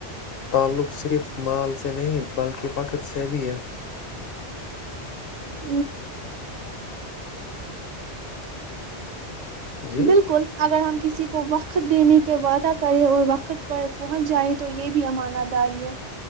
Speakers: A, on the left; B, on the right.
A: تعلق صرف مال سے نہیں بلکہ وقت سے بھی ہے
B: <inaudible>
A: جی
B: بالکل اگر ہم کسی کو وقت دینے کے وعدہ کرے اور وقت پر پہنچ جائے تو یہ بھی امانا ڈال ہے